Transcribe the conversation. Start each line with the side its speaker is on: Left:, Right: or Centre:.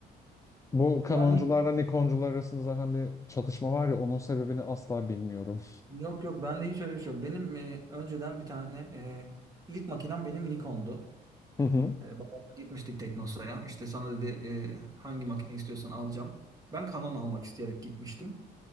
Left: Bu
Right: Yani
Left: Canoncularla Nikoncular arasında zaten bir çatışma var ya, onun sebebini asla bilmiyorum.
Right: yok yok bende hiç öyle bir şey yok. Benim e, önceden bir tane e, ilk makinem benim Nikon'du.
Left: Hı hı.
Right: E, babamla gitmiştik Teknosa'ya. İşte sana dedi e, hangi makine istiyorsan alacağım. Ben Canon almak isteyerek gitmiştim.